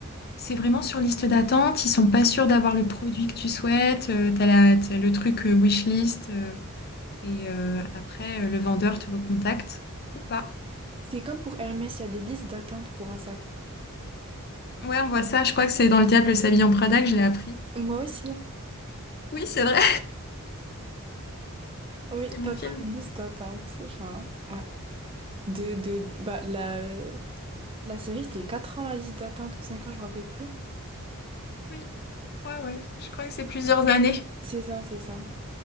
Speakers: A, on the left; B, on the right.
A: C'est vraiment sur liste d'attente. Ils sont pas sûrs d'avoir le produit que tu souhaites. Euh, t'as la, t'as le truc euh, wishlist. euh, et euh, après, euh, le vendeur te recontacte ou pas.
B: c'est comme pour Hermès, il y a des listes d'attente pour un sac.
A: Ouais, on voit ça. Je crois que c'est dans Le Diable s'habille en Prada que je l'ai appris.
B: Moi aussi.
A: Oui, c'est vrai. <laughs>
B: Oui,
A: C'était mon
B: t'attends
A: film.
B: une liste d'attente. Genre, ouais. De, de, bah, la, la série, c'était 4 ans la liste d'attente ou 5 ans, je me rappelle plus.
A: Oui, ouais, ouais. Je crois que c'est plusieurs années.
B: C'est ça, c'est ça.